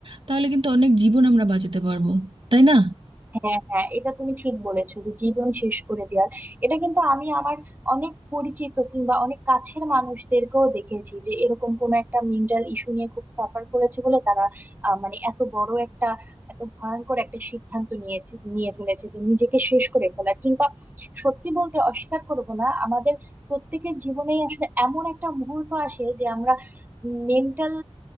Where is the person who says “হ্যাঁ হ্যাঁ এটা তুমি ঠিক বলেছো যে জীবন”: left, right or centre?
Right